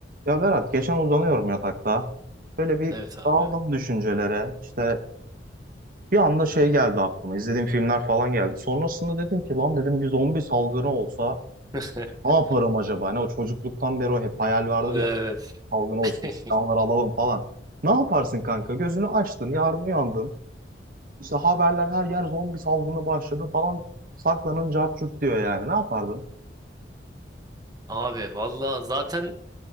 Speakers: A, on the right; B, on the right.
A: Ya Berat geçen uzanıyorum yatakta. Böyle bir
B: Evet abi.
A: daldım düşüncelere. İşte bir anda şey geldi aklıma. İzlediğim filmler falan geldi. Sonrasında dedim ki lan dedim bir zombi salgını olsa
B: <laughs>
A: ne yaparım acaba? Hani o çocukluktan beri o hep hayal vardır
B: Evet.
A: ya. Salgın olsun
B: <laughs>
A: silahları alalım falan. Ne yaparsın kanka? Gözünü açtın yarın uyandın. İşte haberler her yer zombi salgını başladı falan. Saklanın cart curt diyor yani. Ne yapardın?
B: Abi valla zaten